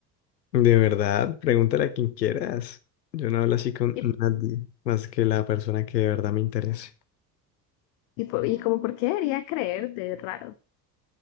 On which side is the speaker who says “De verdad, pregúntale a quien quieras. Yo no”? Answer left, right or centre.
Left